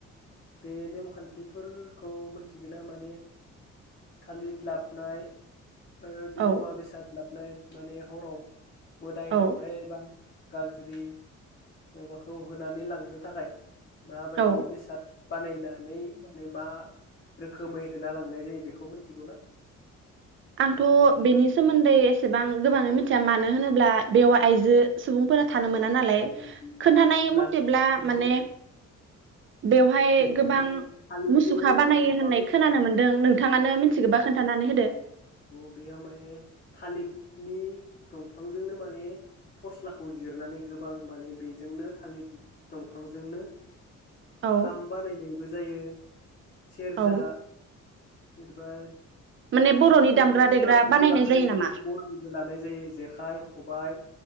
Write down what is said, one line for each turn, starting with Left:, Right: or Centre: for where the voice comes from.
Left: बे नेमखान्थिफो फोरखौ मिनथिगोना माने थालिद लाबनाय माइबा बि
Right: औ
Left: मुवा बेसाद लाबनाय माने हराव मोदाय
Right: औ
Left: दाउदाय बां गाज्रि माबाखौ होनानै लांनो थाखाय माबायदि
Right: औ
Left: बेसाद बानायनानै माने मा रोखोमै होना लांनाय जायो बेखौ मोनथिगौ ना?
Right: आंथ' बेनि सोमोन्दै एसेबां गोबाङै मिथिया मानो होनो ब्ला बेयाव आइजो सुबुंफोरा थानो मोना नालाय
Left: लानाय
Right: खोन्थानाय मथेब्ला माने
Left: जाया
Right: बेवहाय
Left: बेयाव
Right: गोबां
Left: माने थालिरजोंनो
Right: मुसुखा बानायो
Left: माने गोबां
Right: होननाय खोनानो मोनदों नोंथाङानो मिनथिगौबा खोन्थानानै होदो।
Left: औ बेयाव माने थालिदनि दंफांजोंनो माने फस्लाखौ जिरनानै गोबां माने बेजोंनो थालिद दंफांजोंनो
Right: औ
Left: खाम बानायनायबो जायो सेरजा
Right: औ
Left: बिरबाय
Right: माने बर'नि
Left: जिब
Right: दामग्रा
Left: एबा जुनारखौबो
Right: देग्रा बानायनाय
Left: लाखानाय
Right: नामा
Left: जायो गराइबो लानाय जायो जेखाइ, खबाय,